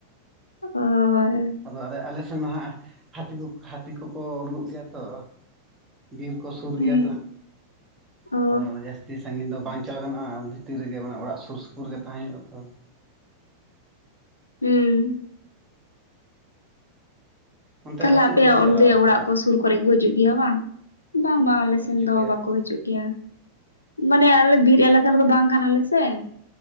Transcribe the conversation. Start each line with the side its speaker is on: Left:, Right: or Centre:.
Left: ᱦᱳᱭ
Right: ᱟᱫᱚ ᱟᱞᱮ ᱟᱞᱮ ᱥᱮᱫ ᱫᱚ ᱦᱟᱸᱜ ᱦᱟᱹᱛᱤ ᱠᱚ ᱦᱟᱹᱛᱤ ᱠᱚᱠᱚ ᱩᱰᱩᱜᱚᱜ ᱜᱮᱭᱟ ᱛᱚ ᱵᱤᱨ ᱠᱚ ᱥᱩᱨ
Left: ᱦᱮᱸ
Right: ᱜᱮᱭᱟ ᱛᱚ
Left: ᱚ
Right: ᱦᱟᱸᱜ ᱟᱫᱚ ᱡᱟᱹᱥᱛᱤ ᱥᱟᱸᱜᱤᱱ ᱫᱚ ᱵᱟᱝ ᱪᱟᱜᱟᱱᱼᱟ ᱵᱷᱤᱛᱤᱨ ᱨᱮᱜᱮ ᱢᱟᱱᱮ ᱚᱲᱟᱜ ᱥᱩᱨ ᱥᱩᱯᱩᱨ ᱜᱮ ᱛᱟᱦᱮᱸ ᱦᱩᱭᱩᱜᱼᱟ ᱛᱚ ᱾
Left: ᱦᱩᱸ
Right: ᱚᱱᱛᱮ
Left: ᱛᱟᱞᱦᱮ
Right: ᱦᱟᱹᱛᱤ
Left: ᱟᱯᱮᱭᱟᱜ
Right: ᱠᱚ ᱵᱟᱠᱚ
Left: ᱚᱸᱰᱮ
Right: ᱪᱟᱞᱟᱣ ᱵᱟᱲᱟᱜ
Left: ᱚᱲᱟᱜ
Right: ᱜᱮᱭᱟ
Left: ᱠᱚ ᱥᱩᱨ ᱠᱚ ᱠᱚᱨᱮ ᱠᱚ ᱦᱤᱡᱩᱜ ᱜᱮᱭᱟ ᱵᱟᱝ ᱵᱟᱝ ᱵᱟᱝ
Right: ᱦᱚᱸ
Left: ᱟᱞᱮ ᱥᱮᱱ
Right: ᱦᱤᱡᱩᱜ
Left: ᱫᱚ
Right: ᱜᱮᱭᱟ
Left: ᱵᱟᱠᱚ
Right: ᱠᱚ
Left: ᱦᱤᱡᱩᱜ ᱜᱮᱭᱟ ᱾ ᱢᱟᱱᱮ ᱟᱞᱮ ᱵᱤᱨ ᱮᱞᱟᱠᱟ ᱨᱮᱫᱚ ᱵᱟᱝ ᱠᱟᱱᱟᱞᱮ ᱥᱮ ᱾